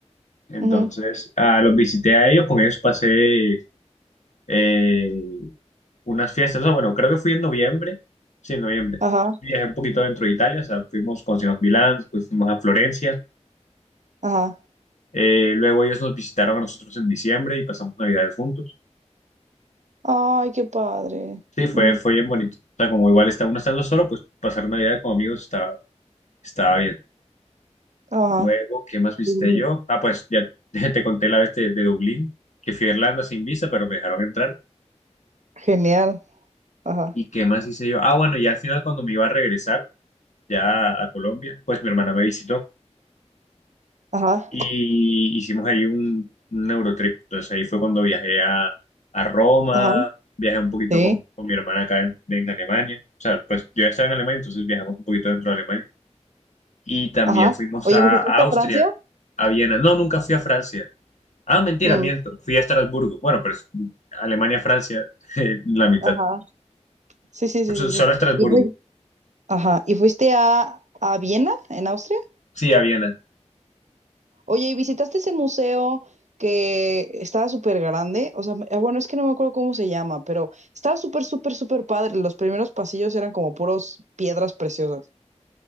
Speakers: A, on the left (about 80°); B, on the right (about 80°).
A: Entonces,
B: ujú.
A: ah, los visité a ellos, con ellos pasé. eh, unas fiestas. No, bueno, creo que fui en noviembre. Sí, en noviembre.
B: Ajá,
A: Viajé un poquito dentro de Italia, o sea, fuimos, conocimos Milán, después fuimos a Florencia.
B: ajá.
A: Eh, luego ellos nos visitaron a nosotros en diciembre y pasamos Navidades juntos.
B: Ay, qué padre.
A: Sí, fue,
B: Ujú,
A: fue bien bonito. O sea, como igual está, uno estando solo, pues pasar Navidad con amigos estaba, estaba bien.
B: Ajá.
A: Luego, ¿qué más visité
B: sí.
A: yo? Ah, pues ya <laughs> te conté la vez de, de Dublín, que fui a Irlanda sin visa, pero me dejaron entrar.
B: Genial. Ajá,
A: ¿Y qué más hice yo? Ah, bueno, ya al final cuando me iba a regresar ya a Colombia, pues mi hermana me visitó.
B: ajá,
A: Y hicimos ahí un, un Eurotrip. Entonces ahí fue cuando viajé a, a Roma,
B: ajá,
A: viajé un poquito
B: sí,
A: con, con mi hermana acá en, en Alemania. O sea, pues yo ya estaba en Alemania, entonces viajamos un poquito dentro de Alemania. Y también
B: ajá.
A: fuimos
B: Oye,
A: a,
B: ¿visitaste
A: a Austria,
B: Francia?
A: a Viena. No, nunca fui a Francia. Ah, mentira,
B: Mm,
A: miento. Fui a Estrasburgo. Bueno, pero es Alemania, Francia, <laughs> eh, la mitad.
B: ajá. Sí, sí, sí,
A: So-
B: sí,
A: Solo
B: sí.
A: a Estrasburgo.
B: y fuiste Ajá. ¿Y fuiste a, a Viena, en Austria?
A: Sí, a Viena.
B: Oye, ¿y visitaste ese museo que estaba súper grande? O sea, me- ah, bueno, es que no me acuerdo cómo se llama, pero estaba súper, súper, súper padre. Los primeros pasillos eran como puros piedras preciosas.